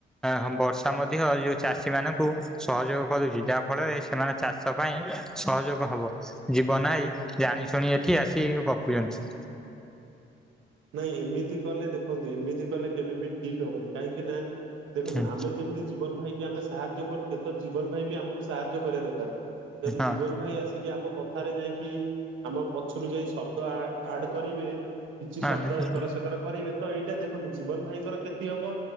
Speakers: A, in the centre; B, on the right.
A: ହମ୍ ବର୍ଷା ମଧ୍ୟ ଇୟେ ଚାଷୀ ମାନଙ୍କୁ ସହଯୋଗ କରୁଛି ଯାହା ଫଳରେ ସେମାନେ ଚାଷ ପାଇଁ ସହଯୋଗ ହବ। ଜୀବନ ଆଇ ଜାଣି ଶୁଣି ଏଠି ଆସିି ବପୁଚନ୍ତି।
B: ନାଇଁ ଏମିତି କଲେ ଦେଖନ୍ତୁ ଏମିତି କଲେ କେବେ ବିି ଠିକ୍ ହବନି କାହିଁକି ନା ଦେଖନ୍ତୁ
A: ହଁ
B: ଆମେ ଯେମିତି ଜୀବନ ଭାଇକି ଆମେ ସାହାଯ୍ୟ କରୁଛେ ତ ଜୀବନ ଭାଇ ବି ଆମକୁ ସାହାଯ୍ୟ କରିବା ଦରକାର୍। ଯଦି
A: ହଁ।
B: ଜୀବନ ଭାଇ ଆସ୍ କି ଆମ କଥାରେ ଯାଇକି ଆମ ପଛରୁ ଯାଇ ଶବ୍ଦ ଆ ଆଡ କରିବେ କିଛି
A: ହଁ
B: ଶବ୍ଦ ଏକର ସେକର କରିବେ ତ ଏଇଟା ଦେଖନ୍ତୁ ଜୀବନ ଭାଇଙ୍କର କ୍ଷତି ହବ